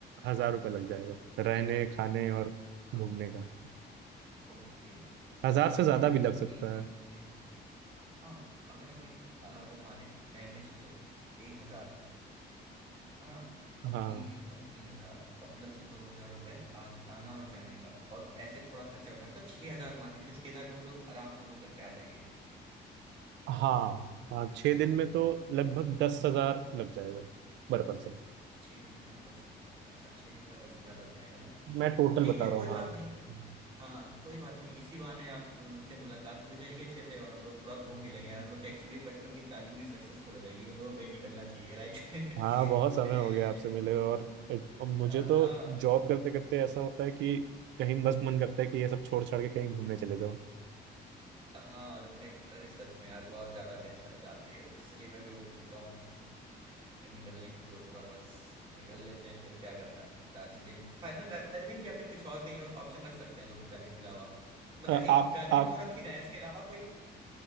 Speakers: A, on the right; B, on the right.
A: हजार रुपये लग जाएगा रहने खाने और घूमने का
B: ओके मतलब
A: हजार
B: पर
A: से ज्यादा
B: डे अगर
A: भी लग
B: हम
A: सकता
B: तीन दिन
A: है
B: रुकते हैं हाँ अगर हम एक अ, वो माने एवरेज तो एक हजार है ना तो
A: हाँ
B: तीन दिन का तीन हजार और प्लस दो हजार रुपए आ- आना और जाने का और ऐसे थोड़ा खर्चा उठाना तो छह हजार मान के चलिए छह हजार में हम लोग आराम से होकर के आ जाएंगे
A: हाँ हाँ छः
B: छह
A: दिन
B: हजार
A: में
B: रुपये
A: तो लगभग दस हजार लग जाएगा पर पर्सन
B: हाँ, छह दिन का दस हजार अच्छा छह दिन का दस हजार लग जाएगा ना
A: मैं टोटल
B: ठीक
A: बता
B: है
A: रहा
B: कोई
A: हूँ
B: बात
A: हाँ
B: नहीं हाँ कोई बात नहीं इसी बहाने आप अ, से मुलाकात भी हो जाएगी अच्छे से और हम लोग थोड़ा घूम भी लेंगे यार हम लोग की एक्चुअली बचपन की प्लानिंग भी सक्सेसफुल हो जाएगी हम लोग को कहीं निकलना चाहिए राइट
A: हाँ बहुत समय हो गया
B: <laughs>
A: आपसे मिले हुए और, एक- और मुझे
B: हाँ
A: तो जॉब करते करते ऐसा होता है कि कहीं बस मन करता है कि ये सब छोड़ छाड़ के कहीं घूमने चले जाओ
B: हाँ एक अरे सच में यार बहुत ज्यादा टेंशन हो जाती है इसलिए मैं भी उब चुका हूँ निकलने की सोच रहा हूँ बस निकल लेते हैं फिर क्या करना है दार्जिलिंग तो फाइनल दार्जिलिंग या फिर कुछ और कहीं और ऑप्शन रख सकते हैं लोग दार्जिलिंग के अलावा मतलब
A: अ,
B: एक
A: आप
B: दार्जिलिंग
A: आप
B: तो रख ही रहे हैं इसके अलावा कोई